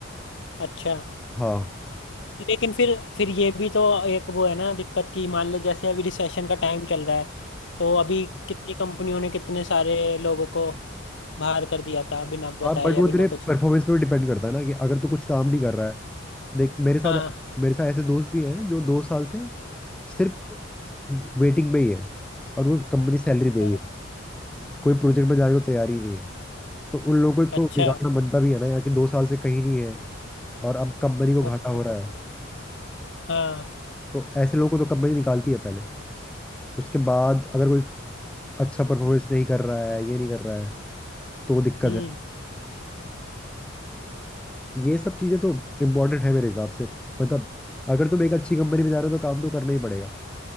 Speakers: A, on the left (about 65°); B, in the centre.
A: अच्छा
B: हाँ
A: लेकिन फिर फिर ये भी तो एक वो है ना दिक्कत की मान लो जैसे अभी रिसेशन का टाइम चल रहा है तो अभी कितनी कंपनियों ने कितने सारे लोगों को बाहर कर दिया था बिना बताए
B: हाँ बट
A: या
B: वो तेरे
A: बिना कुछ कर-
B: परफॉर्मेंस पे भी डिपेंड करता है ना कि अगर तू कुछ काम नहीं कर रहा है देख मेरे साथ
A: हाँ
B: मेरे साथ ऐसे दोस्त भी हैं जो दो साल से सिर्फ वेटिंग में ही है और वो कंपनी सैलरी दे रही
A: हाँ,
B: है कोई प्रोजेक्ट में जाने को तैयार ही नहीं है तो उन लोगों को तो
A: अच्छा
B: बिगाड़ना बनता भी है ना यार कि दो साल से कहीं नहीं है और अब कंपनी को
A: अच्छा
B: घाटा हो
A: अच्छा
B: रहा है
A: हाँ
B: तो ऐसे लोगों को तो कंपनी निकालती है पहले उसके बाद अगर कोई अच्छा परफॉर्मेंस नहीं कर रहा है ये नहीं कर रहा है तो वो दिक्कत
A: हम्म
B: है ये सब चीजें तो इम्पोर्टेंट है मेरे हिसाब से मतलब अगर तुम एक अच्छी कंपनी में जा रहे हो तो काम तो करना ही पड़ेगा